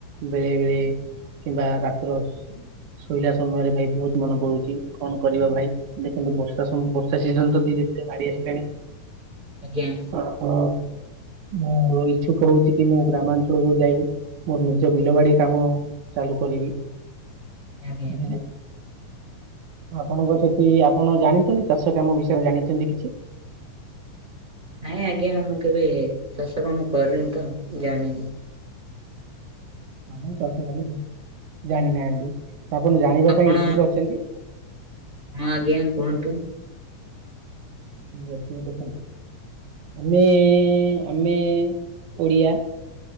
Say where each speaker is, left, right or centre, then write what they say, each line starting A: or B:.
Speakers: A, on the right; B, on the right.
A: ବେଳେ ବେଳେ କିମ୍ବା ରାତ୍ର ଜ ଶୋଇଲା ସମୟରେ ଭାଇ ବହୁତ୍ ମନେ ପଡୁଚି କଣ କରିବା ଭାଇ। ଦେଖନ୍ତୁ ବର୍ଷା ସବୁ ବର୍ଷା ସିଜନ ତ ଧୀରେ ଧୀରେ ମାଡି ଆସିଲାଣି।
B: ଆଜ୍ଞା।
A: ଅହ ମୁଁ ଇଚ୍ଛୁକ ହୋଉଚି କି ମୁଁ ଗ୍ରାମାଞ୍ଚଳକୁ ଯାଇ ମୋର ନିଜ ବିଲ ବାଡି କାମ ଚାଲୁ କରିବି
B: ଆଜ୍ଞା। ଆଜ୍ଞା।
A: ବୁଝିଲେ। ଆପଣଙ୍କ ସେଠି ଆପଣ ଜାଣିଚନ୍ତି ଚାଷ କାମ ବିଷୟରେ ଜାଣିଚନ୍ତି କିଛି?
B: ନାଇଁ ଆଜ୍ଞା ମୁଁ କେବେ ଚାଷ କାମ କରିନି ତ ଜାଣିନି।
A: ଆମର ଚାଷ କାମ କିଛି ଜାଣିନାହାନ୍ତି ଆପଣ ଜାଣିବା
B: ଆପଣ
A: ପାଇଁ ଇଚ୍ଛୁକ ଅଛନ୍ତି?
B: ହଁ ଆଜ୍ଞା କୁହନ୍ତୁ?
A: ଯେତିକି ଦେଖନ୍ତି। ଆମେ ଆମେ ଓଡ଼ିଆ।